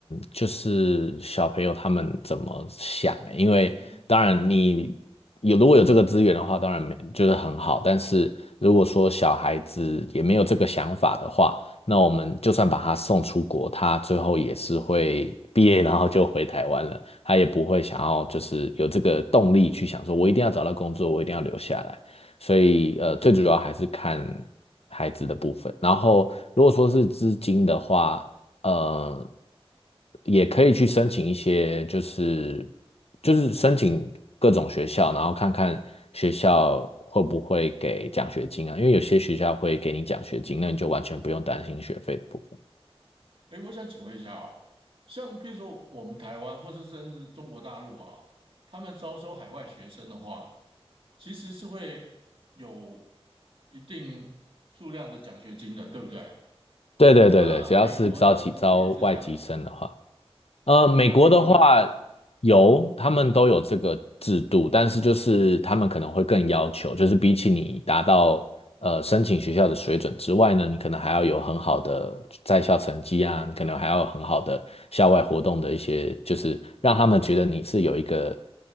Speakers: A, on the left; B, on the right.
A: 就是小朋友他们怎么想欸，因为当然你有如果有这个资源的话，
B: 嗯嗯
A: 当然没就是很好，但是如果说小孩子也没有这个想法的话，那我们就算把他送出国，他最后也是会毕业然后就回台湾了，他也不会想要就是有这个动力去想说，我一定要找到工作，我一定要留下来。所以呃，最主要还是看孩子的部分。然后如果说是资金的话，
B: 嗯，
A: 呃，也可以去申请一些，就是就是申请各种学校，然后看看学校会不会给奖学金啊，因为有些学校会给你奖学金，
B: 嗯嗯，
A: 那你就完全不用担心学费的部分。
B: 哎，我想请问一下哦，像比如说我们台湾，或是甚至中国大陆啊，他们招收海外学生的话，其实是会有一定数量的奖学金的，对不对？
A: 对对对对，
B: 那美国呢，
A: 只要是招起招外籍生的话。
B: 是不是也是这样的情？
A: 呃，
B: 对，
A: 美国的话
B: 那美国，
A: 有，他们都有这个制度，但是就是他们可能会更要求，就是比起你达到呃申请学校的水准之外呢，你可能还要有很好的在校成绩啊，你可能还要有很好的校外活动的一些，就是让他们觉得你是有一个